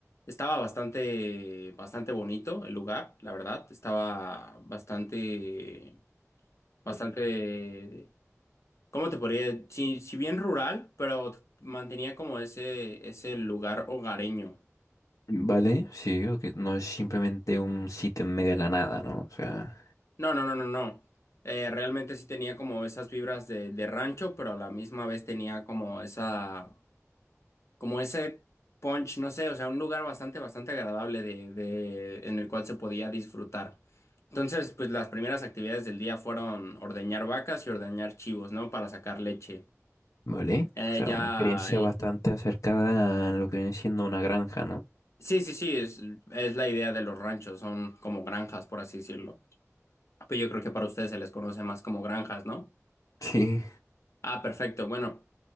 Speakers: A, on the left (about 60°); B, on the left (about 85°).
A: estaba bastante, bastante bonito el lugar, la verdad. Estaba bastante, bastante, ¿cómo te podría? Sí, sí bien rural, pero mantenía como ese, ese lugar hogareño.
B: Vale, sí, o que no es simplemente un sitio en medio de la nada, ¿no? O sea,
A: No, no, no, no, no. Eh, realmente sí tenía como esas vibras de, de rancho, pero a la misma vez tenía como esa, como ese punch, no sé, o sea, un lugar bastante, bastante agradable de, de, en el cual se podía disfrutar. Entonces, pues las primeras actividades del día fueron ordeñar vacas y ordeñar chivos, ¿no? Para sacar leche.
B: Vale.
A: Eh,
B: o sea,
A: ya,
B: una experiencia
A: y-
B: bastante acercada a lo que viene siendo una granja, ¿no?
A: sí, sí, sí, es, es la idea de los ranchos, son como granjas, por así decirlo. Pues yo creo que para ustedes se les conoce más como granjas, ¿no?
B: Sí.
A: Ah, perfecto, bueno.